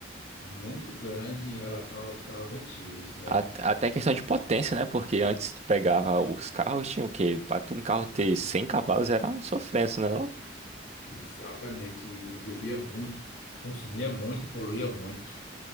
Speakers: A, on the left (about 85°); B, on the right (about 35°).
A: muito grande em relação aos carros antigos, né?
B: A- Até em questão de potência, né? Porque antes tu pegava os carros, tinha o quê? Pra tu um carro ter 100 cavalos era uma sofrência, né?
A: Exatamente, e, e bebia muito, consumia muito e poluía muito.